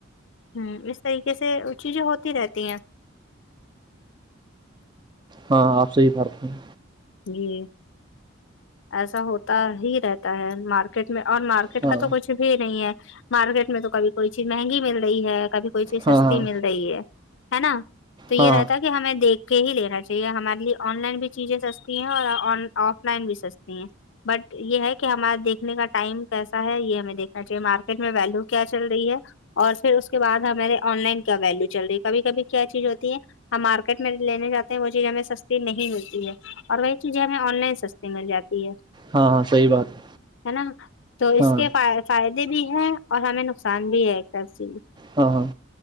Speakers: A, on the left; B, on the right.
A: ہ اس طریقے سے وہ چیزیں ہوتی رہتی ہیں
B: ہاں آپ سے ہی بھر پ <unintelligible>
A: جی ایسا ہوتا ہی رہتا ہے مارکیٹ میں اور مارکیٹ
B: ہاں
A: کا تو کچھ بھی نہیں ہے مارکیٹ میں تو کبھی کوئی چیز مہنگی مل رہی ہے کبھی کوئی چیز
B: ہاں
A: سستی
B: ہاں
A: مل رہی ہے ہے نا تو یہ
B: ہاں
A: رہتا کہ ہمیں دیکھ کے ہی لینا چاہیے ہمارے لیے آن لائن بھی چیزیں س س ہیں اور آف لائن بھی سستی ہیں بٹ یہ ہے کہ ہمارا دیکھنے کا ٹائم کیسا ہے یہ ہمیں دیکھنا چاہیے مارکیٹ میں ویلو کیا چل رہی ہے اور پھر اس کے بعد ہمارے آن لائن کیا ویلو چل رہی ہے کبھی کبھی کیا چیز ہوتی ہے ہم مارکیٹ میں لینے جاتے ہیں وہ چیز ہمیں سستی نہیں ملتی ہے اور وہی چیزیں ہمیں آن لائن سستے مل جاتی ہے
B: ہاں ہاں صحی بات ہے
A: ہے نا <unintelligible> <inaudible> تو اس
B: ہاں
A: کے فائدے بھی ہیں اور ہمیں نقصان بھی ہے ایک طر سےی
B: ہاں ہاں